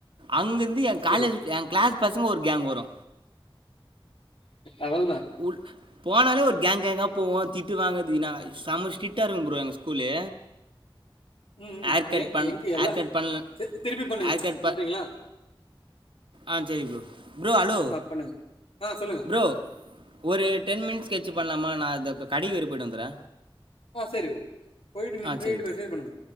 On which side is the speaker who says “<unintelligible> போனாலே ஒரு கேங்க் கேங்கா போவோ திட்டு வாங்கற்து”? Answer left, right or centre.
Right